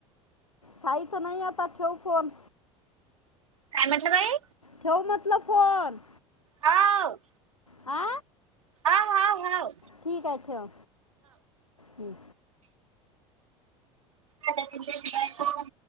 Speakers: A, on the left; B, on the right.
A: काहीत नाही आता ठेव फोन.
B: काय म्हटलं बाई?
A: ठेव म्हटलं फोन.
B: हाव
A: आ?
B: हाव हाव हाव.
A: ठीक आहे ठेव हम्म.
B: आता पिंट्याची बायको